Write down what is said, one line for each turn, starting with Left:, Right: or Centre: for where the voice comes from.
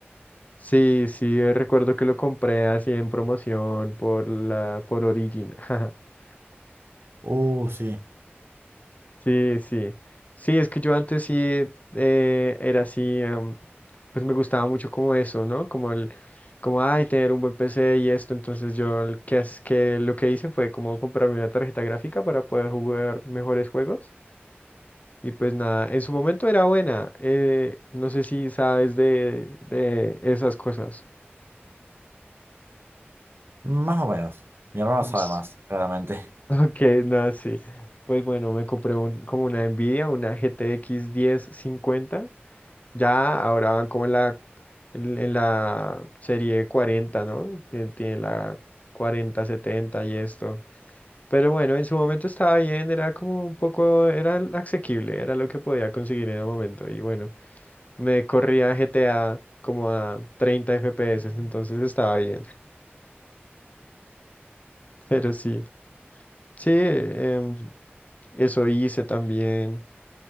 Left: Sí, sí, eh, recuerdo que lo compré así en promoción por la, por Origin. <laughs>
Right: Uh, sí.
Left: Sí, sí. Sí, es que yo antes sí eh, eh, era así, em, pues me gustaba mucho como eso, ¿no? Como el, como, ay, tener un buen PC y esto. Entonces yo el que, as- que lo que hice fue como comprarme una tarjeta gráfica para poder jugar mejores juegos. Y pues nada, en su momento era buena. eh, no sé si sabes de, de esas cosas.
Right: Más o menos. Mi hermano
Left: Ups.
Right: sabe más,
Left: <laughs>
Right: claramente. <laughs>
Left: Ok, no, sí. Pues bueno, me compré un, como una Nvidia, una GTX 1050. Ya ahora van como en la, en, en la serie cuarenta ¿no? Que tiene la cuarenta setenta y esto. Pero bueno, en su momento estaba bien, era como un poco, era asequible, era lo que podía conseguir en el momento. Y bueno, me corría GTA como a 30 FPS, entonces estaba bien. <laughs> Pero sí, sí, em, eso hice también,